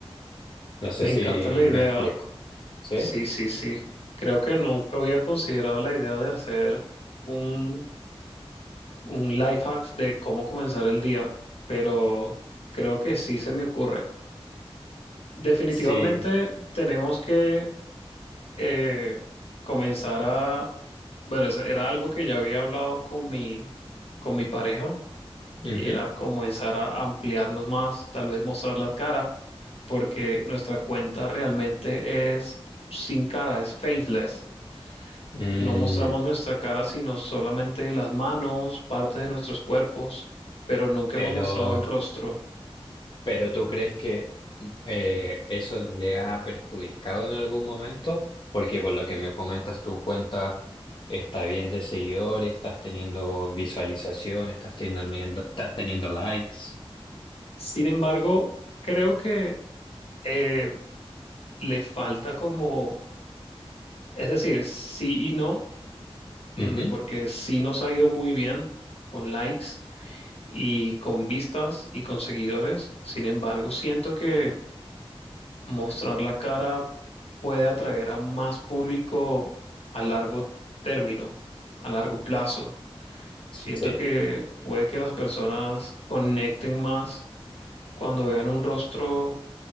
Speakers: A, on the left; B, on the left.
A: No sé
B: me
A: si
B: encanta la
A: me
B: idea.
A: explico. ¿Sí?
B: Sí, sí, sí. Creo que nunca había considerado la idea de hacer un, un life hack de cómo comenzar el día, pero creo que sí se me ocurre. Definitivamente
A: Sí.
B: tenemos que eh, comenzar a... Bueno, eso era algo que ya había hablado con mi, con mi pareja, que
A: Ujú.
B: era comenzar a ampliarnos más, tal vez mostrar la cara, porque nuestra cuenta realmente es sin cara, es faceless.
A: Mm,
B: No mostramos nuestra cara, sino solamente las manos, partes de nuestros cuerpos, pero nunca
A: pero,
B: hemos mostrado el rostro.
A: pero ¿tú crees que eh, eso le ha perjudicado en algún momento? Porque por lo que me comentas, tu cuenta está bien de seguidores, estás teniendo visualización, estás teniendo, estás teniendo likes.
B: Sin embargo, creo que eh, le falta como, es decir, sí y no, mm,
A: Ujú.
B: porque sí nos ha ido muy bien con likes y con vistas y con seguidores. Sin embargo, siento que mostrar la cara puede atraer a más público a largo término, a largo plazo.
A: Sí.
B: Siento que puede que las personas conecten más cuando vean un rostro